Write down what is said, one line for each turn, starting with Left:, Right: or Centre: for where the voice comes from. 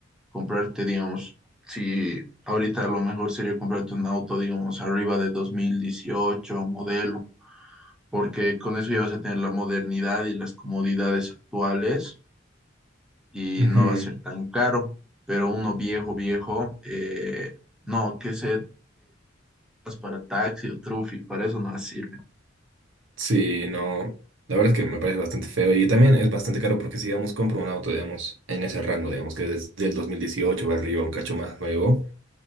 Centre: comprarte, digamos, si ahorita lo mejor sería comprarte un auto, digamos, arriba de 2018 modelo, porque con eso ya vas a tener la modernidad y las comodidades actuales y
Right: ujú.
Centre: no va a ser tan caro, pero uno viejo, viejo, eh, no, que se, pues, para taxi o trufi, para eso no las sirven.
Right: Sí, no. La verdad es que me parece bastante feo y también es bastante caro porque si, digamos, compro un auto, digamos, en ese rango, digamos, que es del 2018 o arriba, un cacho más nuevo.